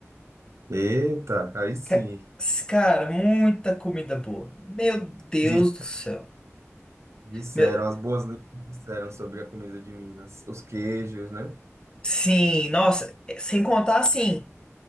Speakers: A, on the right (about 65°); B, on the left (about 15°).
A: Eita, aí sim.
B: Ca- Cara, muita comida boa. Meu Deus
A: Di-
B: do céu.
A: Disseram,
B: Meu-
A: as boas línguas disseram sobre a comida de Minas. Os queijos, né?
B: Sim, nossa, sem contar assim.